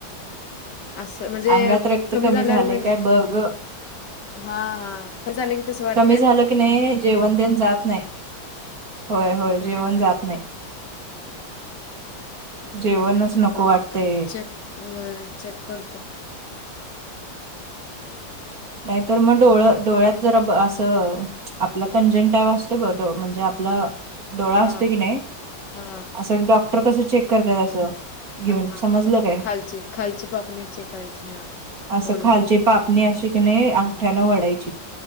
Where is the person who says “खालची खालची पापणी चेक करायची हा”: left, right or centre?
Left